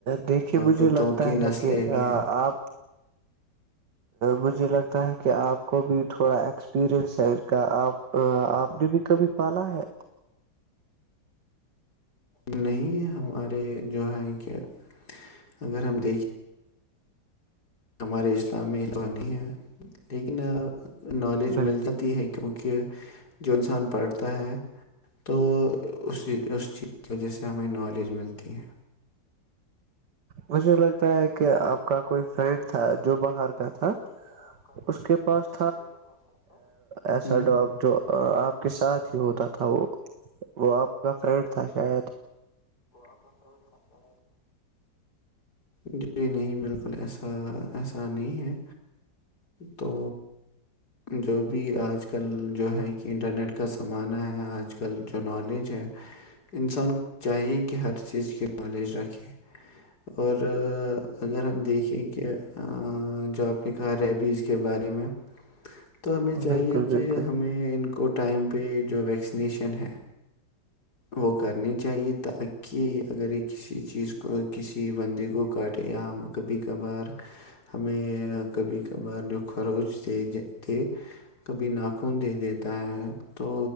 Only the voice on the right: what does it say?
دیکھیے مجھے
لگتا
ہے
کہ
آپ
مجھے لگتا ہے کہ آپ کو بھی تھوڑا ایکسپیرئنس ہے ان کا آپ ا آپ نے بھی کبھی پالا ہے
بالکل
مجھے لگتا ہے کہ آپ کا کوئی فرینڈ تھا جو باہر کا تھا
اس کے
پاس
ایسا ڈاگ جو
آپ کے ساتھ ہی ہوتا تھا وہ وہ آپ کا فرینڈ تھا شاید
بالکل
بالکل